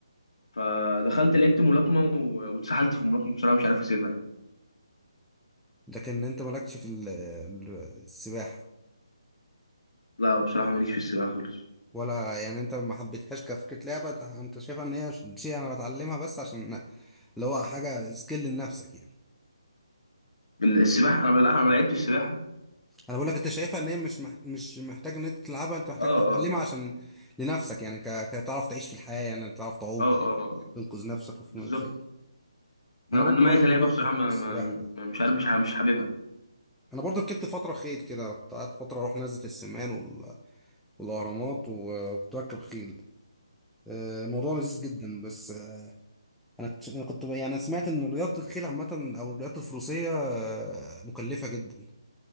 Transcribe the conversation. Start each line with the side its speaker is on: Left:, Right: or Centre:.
Left: فدخلت لعبت ملاكمه و- واتسحلت في الملاكمه بصراحه مش عارف اسيبها يعني
Centre: لكن انت مالكش في ال- ال- السباحه
Left: لا بصراحه ماليش في السباحه خالص
Centre: ولا يعني انت ما حبيتهاش كفكرة لعبة انت انت شايفها ان هي شيء انا بتعلمها بس عشان اللي هو حاجة سكيل لنفسك يعني
Left: ال- السباحه انا لا انا ما لعبتش السباحه
Centre: انا بقول لك انت شايفها ان هي مش مح... مش محتاج ان انت تلعبها انت محتاج
Left: اه
Centre: تتعلمها
Left: اه
Centre: عشان لنفسك يعني ك... كتعرف تعيش في الحياة يعني تعرف تعوم
Left: اه
Centre: تعرف
Left: اه آه،
Centre: تنقذ نفسك وفي
Left: بالظبط
Centre: مشاكل انا
Left: إنما-
Centre: برضو
Left: انما
Centre: رأيي
Left: هي كلعبه
Centre: من رأيك
Left: بصراحه
Centre: في حوار
Left: ما
Centre: السباحة
Left: ما
Centre: ده
Left: ما- مش عارف مش ح- مش حاببها
Centre: انا برضو ركبت فترة خيل كده كنت قعدت فترة اروح نزلة السمان وال... والاهرامات و- وكنت بركب خيل آه، الموضوع لذيذ جدا بس انا كنت أنا كنت- يعني انا سمعت ان رياضه الخيل عامه او الرياضه الفروسيه آه، مكلفه جدا